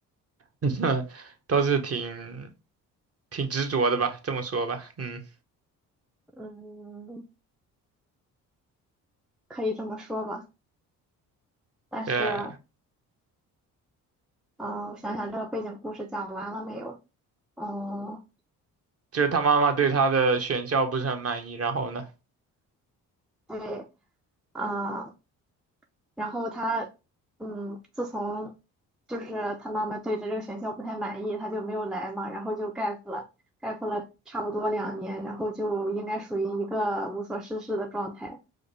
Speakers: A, on the right; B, in the centre.
A: <laughs> 都是挺挺执着的吧，这么说吧，嗯，
B: 嗯，可以这么说吧。但是，
A: 对，
B: 啊，我想想这个背景故事讲完了没有？哦，
A: 就是他妈妈对他的选校不是很满意，然后呢？
B: 对，啊、然后他，嗯，自从就是他妈妈对着这个学校不太满意，他就没有来嘛，然后就 gap 了，gap 了差不多两年，然后就应该属于一个无所事事的状态。